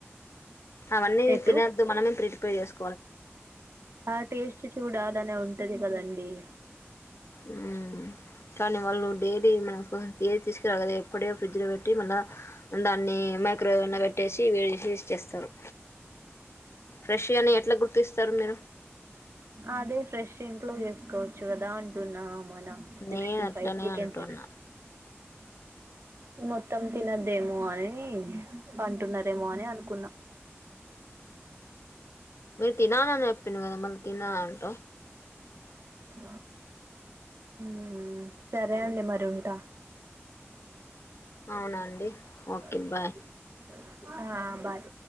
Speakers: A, on the left (about 70°); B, on the right (about 65°).
A: అవన్నీ
B: ఎటు
A: తినద్దు మనమే ప్రిపేర్ చేస్
B: ఆ టేస్ట్ చూడాలనే ఉంటది కదండి
A: ఊ కానీ వాళ్ళు డైలీ మనం చేసి తీసుకురారు కదా ఎప్పుడో ఫ్రిడ్జ్ లో పెట్టి మళ్ళా అన్ని మైక్రోవేవ్ పెట్టేసి వేడి చేసి ఇచ్చేస్తా తరు ప్రాష్ వే అని ఎట్లా గుర్తిస్తారు మీరు
B: అదే ఫ్రెష్ ఇంట్లో చేసుకోవచ్చు కదా అంటున్నా మనం సిక్స్టీ
A: నేను అట్లనే
B: ఫైవ్ చికెన్
A: అంటున్నా
B: సిక్స్టీ మొత్తం తినద్దేమో అని అంటున్నారేమో అని అనుకున్నాం
A: మీరు తినాలి అని చెప్పిండు కదా మళ్ళీ తినదు అంట
B: బ ఉ సరే అండి మరి ఉంటా
A: అవునండి ఓకే
B: అదే
A: బాయ్
B: <unintelligible> ఆ బాయ్